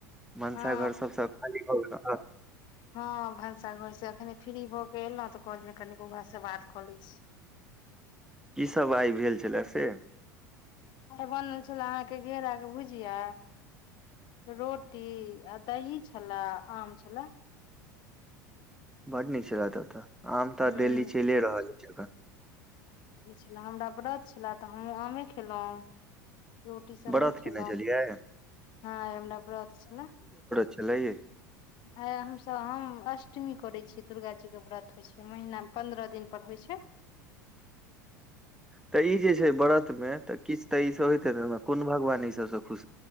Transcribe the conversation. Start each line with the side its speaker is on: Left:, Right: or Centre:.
Centre: भनसा
Left: हँ
Centre: घर सब से खाली भ गेला।
Left: हाँ भनसा घर से एखने फ्री भऽ कऽ अयलौ तऽ कहलौ कनि बौअवा से बात कऽ लै छी।
Centre: की सब आय भेल छला से।
Left: आइ बनल छले अहांके घेराके भुजिया, रोटी आ दही छले, आम छले।
Centre: बड नीक छले त, आम त
Left: हूँ
Centre: डेली चलिये रहल अछि एखन।
Left: ने हमरा व्रत छले त हमहुं आमे खेलहुं। रोटी सब
Centre: व्रत
Left: नहि खेलहुं,
Centre: केने छलियै
Left: हां आइ हमरा व्रत छले।
Centre: चलैये।
Left: आइ हमसब हम अष्टमी करै छियै दुर्गाजीके व्रत होइ छै। महीनामे पन्द्रह दिनपर होइ छै।
Centre: त इ जे छै व्रत मे, त किछु ते इ सब होइत हेतै ने, कोन भगवान इ सब सब